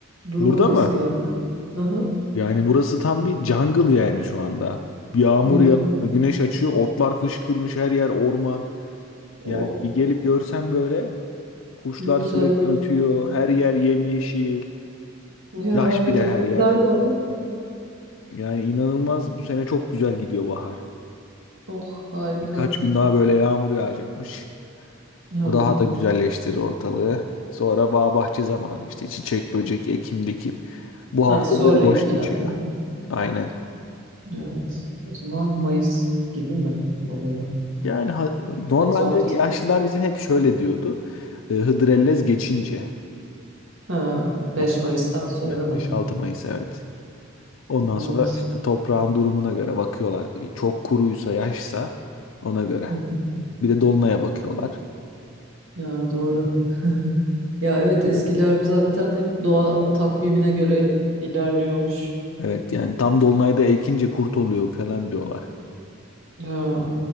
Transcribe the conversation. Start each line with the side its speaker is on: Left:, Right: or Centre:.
Right: durumu
Left: Burada
Right: nasıl
Left: mı?
Right: yani? Aha
Left: Yani burası tam bir jungle yani şu anda. Yağmur
Right: ya
Left: Hı. yağıyor, güneş açıyor, otlar fışkırmış her yer orman. Yani
Right: oh
Left: bir gelip görsem böyle kuşlar
Right: ne güzel
Left: sürekli
Right: evet.
Left: ötüyor, her yer yemyeşil,
Right: ya
Left: yaş
Right: evet
Left: bir de
Right: o
Left: her
Right: kuşlar
Left: yer.
Right: zaten
Left: Yani inanılmaz bu sene çok güzel gidiyor bahar.
Right: oh harika
Left: Birkaç gün daha böyle yağmur yağacakmış.
Right: ya
Left: O daha da güzelleştirir ortalığı. Sonra bağ bahçe zamanı işte çiçek, böcek, ekim, dikim. Bu hafta
Right: ha, sonra
Left: böyle boş
Right: ekeceğim
Left: geçiyor.
Right: değil mi?
Left: Aynen.
Right: Evet o zaman Mayıs gibi mi oluyor?
Left: Yani ha- normalde
Right: Mayıs ortası
Left: yaşlılar bizim hep şöyle diyordu. E, Hıdrellez geçince
Right: ha 5
Left: bu taraf.
Right: Mayıs'tan sonra
Left: yani
Right: mı?
Left: 5-6 Mayıs evet. Ondan
Right: Evet
Left: sonra işte toprağın durumuna göre bakıyorlar. Çok kuruysa yaşsa ona göre.
Right: Hı hı.
Left: Bir de dolunaya bakıyorlar.
Right: ya doğru <laughs> Ya evet eskiler zaten hep doğa takvimine göre ilerliyormuş.
Left: Evet yani tam dolunayda ekince kurt oluyor falan diyorlar.
Right: Ha,